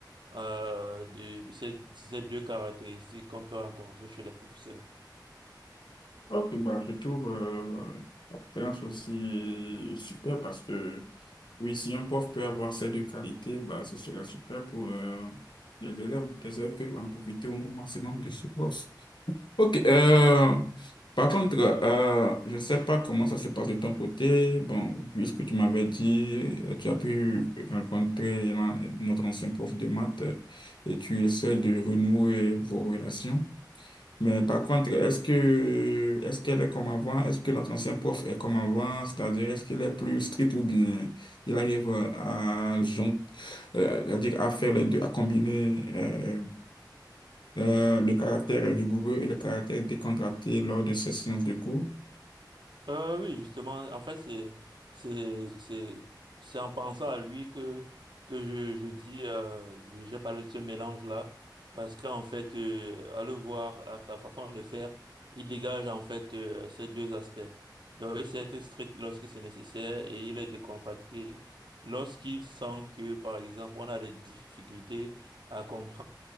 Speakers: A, on the right (about 80°); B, on the left (about 80°).
A: euh, de, de ces, ces deux caractéristiques qu'on peut rencontrer chez les professeurs.
B: Ok, bah je trouve euh, la préférence aussi super parce que oui, si un prof peut avoir ces deux qualités, bah ce serait super pour euh, les élèves. Les élèves peuvent en profiter au maximum de ce prof. Ok, euh, par contre, euh, je ne sais pas comment ça se passe de ton côté. Bon, vu ce que tu m'avais dit, euh, tu as pu rencontrer l'an- notre ancien prof de maths euh, et tu essaies de renouer vos relations. Mais par contre, est-ce que, est-ce qu'elle est comme avant? Est-ce que notre ancien prof est comme avant? C'est-à-dire, est-ce qu'il est plus strict ou bien il arrive à, jon- euh, à dire, à faire les deux, à combiner euh, euh, le caractère rigoureux et le caractère décontracté lors de ces séances de cours.
A: Euh, oui, justement, en fait, c'est, c'est, c'est, c'est en pensant à lui que, que je, je dis, euh, je- j'ai parlé de ce mélange-là, parce qu'en fait, euh, à le voir, à sa façon de faire, il dégage en fait euh, ces deux aspects. Donc, il sait être strict lorsque c'est nécessaire et il est décontracté lorsqu'il sent que, par exemple, on a des difficultés à comprendre